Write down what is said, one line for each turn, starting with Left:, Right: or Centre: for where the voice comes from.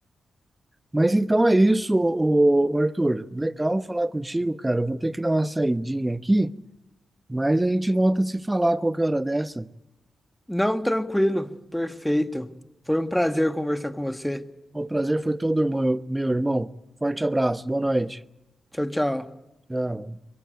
Right: Mas então é isso, ô- ô, Arthur. Legal falar contigo, cara. Eu Vou ter que dar uma saidinha aqui. Mas a gente volta a se falar a qualquer hora dessa.
Centre: Não, tranquilo, perfeito. Foi um prazer conversar com você.
Right: O prazer foi todo, meu, meu irmão. Forte abraço, boa noite.
Centre: Tchau, tchau.
Right: Tchau.